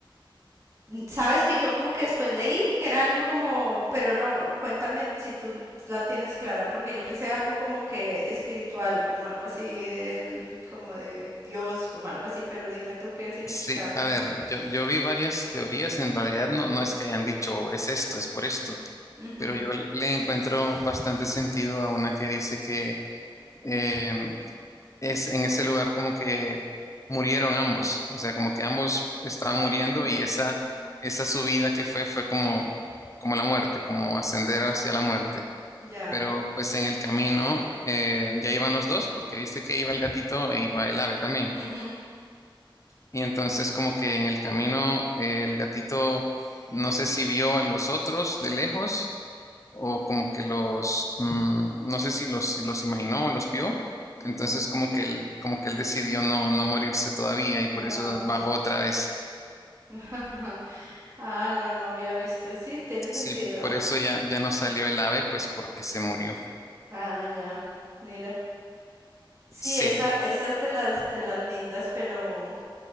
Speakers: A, on the right (about 35°); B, on the left (about 35°).
A: Sabes que yo como que después leí que era algo como, pero no, cuéntame si tú la tienes clara, porque yo pensé algo como que espiritual, como algo así, del- como de Dios, como algo así, pero dime tú qué significado
B: Sí,
A: tiene.
B: a ver, yo, yo vi varias teorías, en realidad no, no es que hayan dicho es esto, es por esto.
A: Ujú.
B: pero yo le le encuentro bastante sentido a una que dice que eh, es en ese lugar como que murieron ambos, o sea, como que ambos estaban muriendo
A: Mm,
B: y esa, esa subida que fue fue como, como la muerte, como ascender hacia la muerte.
A: ya.
B: Pero pues en el camino eh, ya iban los dos, porque viste que iba el gatito e iba el ave también.
A: Ujú,
B: Y entonces como que en el camino eh, el gatito no sé si vio a los otros de lejos o como que los, mm, no sé si los, si los imaginó o los vio,
A: ujú.
B: entonces como que él, como que él decidió no, no morirse todavía y por
A: No.
B: eso bajó otra vez.
A: <laughs> Ah, no, no había visto. Y sí, tiene sentido.
B: Sí, por eso ya, ya no salió el ave, pues porque se murió.
A: Ah, ya. Mira. Sí,
B: Sí,
A: esa, esa es de las de las lindas, pero